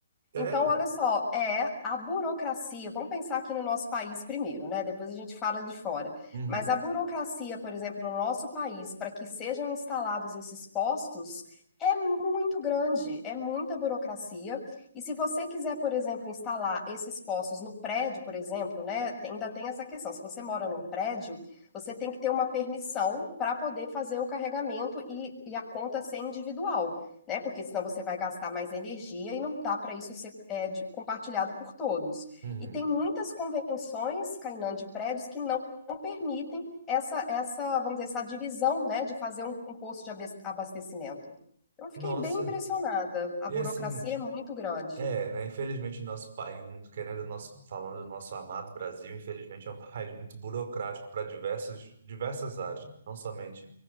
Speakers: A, on the left; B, on the right.
A: Então,
B: Sério?
A: olha só, é a burocracia. Vamos pensar aqui no nosso país primeiro, né? Depois a gente fala de fora.
B: uhum,
A: Mas a burocracia, por exemplo, no nosso país, para que sejam instalados esses postos, é muito grande, é muita burocracia. E se você quiser, por exemplo, instalar esses postos no prédio, por exemplo, né? tem- Ainda tem essa questão. Se você mora num prédio, você tem que ter uma permissão para poder fazer o carregamento e, e a conta ser individual né? Porque senão você vai gastar mais energia e não dá para isso ser é, de- compartilhado por todos.
B: uhum.
A: E tem muitas convenções, Kainan, de prédios que não não permitem essa, essa, vamos dizer, essa divisão, né, de fazer um, um posto de abes- abastecimento. Eu fiquei
B: Nossa,
A: bem impressionada. A
B: e
A: burocracia
B: assim,
A: é muito grande.
B: É, né? Infelizmente, o nosso país, querendo o nosso, falando do nosso amado Brasil, infelizmente é um <laughs> país muito burocrático para diversas, diversas áreas, né, não somente